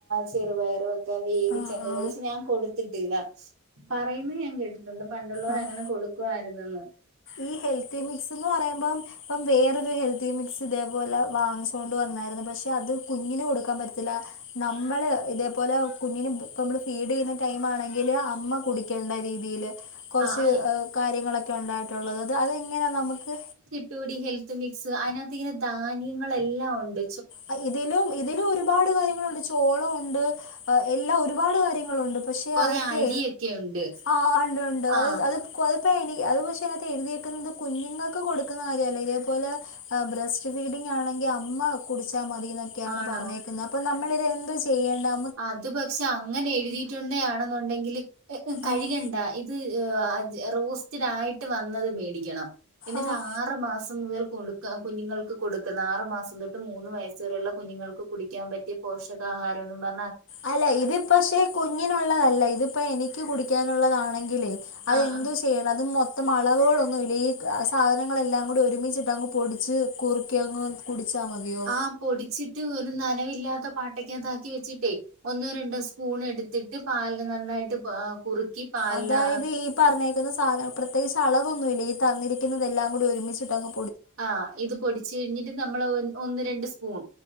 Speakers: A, on the right; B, on the left.
A: ചെറുപയറു ക്കെ വേവിച്ച
B: ആ
A: എന്തോ
B: ആ
A: ക്ഷെ ഞാൻ കൊട്ത്തിട്ടില്ല പറയുന്ന ഞാൻ കേട്ടിട്ടുണ്ട് പണ്ടുള്ളോരങ്ങനെ
B: ആ ആ
A: കൊടുക്കുവായിരുന്നെന്ന്
B: ഈ ഹെൽത്തി മിക്സ്ന്ന് പറയുമ്പം ഇപ്പം വേറൊരു ഹെൽത്തി മിക്സ് ഇതേപോലെ വാങ്ങിച്ച് കൊണ്ടുവന്നായിര്ന്നു പക്ഷെ അത് കുഞ്ഞിന് കൊടുക്കാൻ പറ്റത്തില്ല നമ്മള് ഇതേപോലെ കുഞ്ഞിന് ഇപ്പമ്മള് ഫീഡെയ്യുന്ന ടൈമാണെങ്കില് അമ്മ കുടി ക്കേണ്ട രീതീല് കൊറച്ച്
A: ആഹ് ആഹ്
B: കാര്യങ്ങളൊക്കെ ഒണ്ടായിട്ടുള്ളത് അത് അതെങ്ങനെ നമുക്ക്
A: റ്റുടി ഹെൽത്ത് മിക്സ് അയ്നാത്തിങ്ങനെ ധാന്യങ്ങളെല്ലാം ഒണ്ട്
B: അ ഇതിലും ഇതിലും ഒരുപാട് കാര്യങ്ങളുണ്ട് ചോളുണ്ട് എല്ലാ ഒരുപാട് കാര്യങ്ങളുണ്ട് പക്ഷെ
A: കൊറെ
B: അതൊക്കെ
A: അരിയൊക്കെ ഉണ്ട്
B: ആഹ് ഉണ്ട് ഉണ്ട് അത്
A: ആഹ്
B: അത് ക്കൊ അത്പ്പ എണീ അത് പക്ഷേ അതെഴുതിയേക്കുന്നത് കുഞ്ഞുങ്ങക്ക് കൊടുക്കുന്ന കാര്യല്ല ഇതേപോലെ ബ്രെസ്റ്റ് ഫീഡിങ്ങാണെങ്കി അമ്മ കുടിച്ചാ മതി ന്നൊക്യാണ്
A: ആണോ
B: പറഞ്ഞേക്കുന്നെ അപ്പം നമ്മളിതെന്തോ ചെയ്യേണ്ടേ
A: അത് പക്ഷെ അങ്ങനെ എഴുതിയിട്ടുണ്ടേ ആണെന്നുണ്ടെങ്കില് കഴ്കണ്ട
B: ആഹ്
A: ത് അച് റോസ്റ്റഡായിട്ട് വന്നത് മേടിക്കണം എന്നിട്ട്
B: ആഹ്
A: ആറ് മാസം മുതൽ കൊടു ക്ക കുഞ്ഞുങ്ങൾക്ക് കൊടുക്കുന്ന ആറു മാസം തൊട്ട് മൂന്ന് വയസ് വരെയുള്ള കുഞ്ഞുങ്ങൾക്ക് കുടിക്കാൻ പറ്റിയ പോഷകാഹാരംന്നും പർ
B: അല്ല ഇത് പക്ഷെ കുഞ്ഞിനുള്ളതല്ല ഇതിപ്പോ എനിക്ക് കുടിക്കാനുള്ളതാണ് <unintelligible>
A: ആ ആ
B: ചെയ്യണം അതും മൊത്തം അളവുകളൊന്നുല്ല ഈ സാധനങ്ങളെല്ലാം കൂടി ഒരുമിച്ചിട്ടങ്ങ് പൊടിച്ച് കുറുക്കി അങ്ങ് കുടിച്ചാ മതിയോ
A: ആ പൊടിച്ചിട്ട് ഒരു നനവില്ലാത്ത പാട്ടക്കകതാക്കി വെച്ചിട്ടേ ഒന്നോ രണ്ടോ സ്പൂൺ എടുത്തിട്ട് പാലില് നന്നായിട്ട് കുറുക്കി പാലില്
B: അതായത് ഈ പറഞ്ഞേക്കുന്ന സാധ പ്രത്യേകിച്ച് അളവൊന്നുല്ല ഈ തന്നിരിക്കുന്നതെല്ലാം കൂടി ഒരുമിച്ചിട്ടങ്
A: ആഹ് ഇത് പൊടിച്ചു കഴിഞ്ഞിട്ട് നമ്മള് ഒന്ന് രണ്ട് സ്പൂൺ